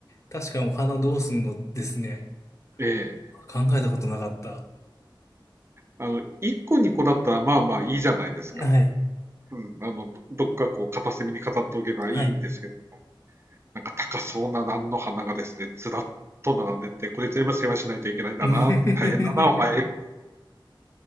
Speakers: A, on the left; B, on the right.
A: 確かにお花どうすんのですね。
B: ええ、
A: 考えたことなかった。
B: あの、1個2個だったら、まあまあいいじゃないですか。
A: はい。
B: うん、あの、どどっかこう、片隅に飾っておけばいいんですけど、
A: はい。
B: なんか高そうな蘭の花がですね、ずらっと並んでって、これ全部世話しないといけないんだなって、
A: <laughs>
B: 大変だな、お前、